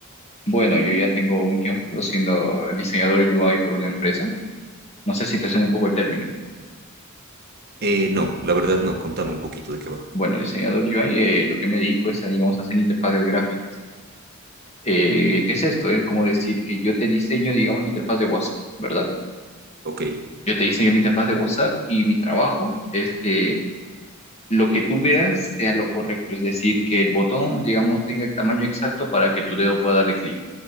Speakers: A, on the left (about 30°); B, on the right (about 45°).
A: Bueno, yo ya tengo un tiempo siendo diseñador UI por una empresa. No sé si te suena un poco el término.
B: Eh, no, la verdad no, contame un poquito de qué va.
A: Bueno, diseñador UI, eh, lo que me dedico es a, digamos, hacer interfaces gráficas. Eh, ¿qué es esto? Es como decir que yo te diseño, digamos, la interfaz de WhatsApp, ¿verdad?
B: Ok.
A: Yo te diseño la interfaz de WhatsApp y mi trabajo es que lo que tú veas sea lo correcto, es decir, que el botón, digamos, tenga el tamaño exacto para que tu dedo pueda darle clic,